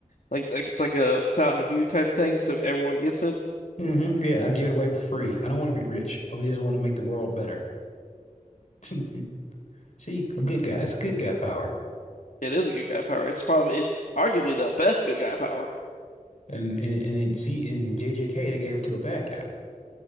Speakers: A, on the left; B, on the left.
A: Like like it's like a Fountain of Youth type thing, so everyone gets it.
B: hmm Yeah, I give it away for free. I don't want to be rich. I just want to make the world better. <laughs> See, a good guy. It's a good guy power.
A: It is a good guy power. It's probably it's arguably the best good guy power.
B: And and, and then, see, in JJK they gave it to a bad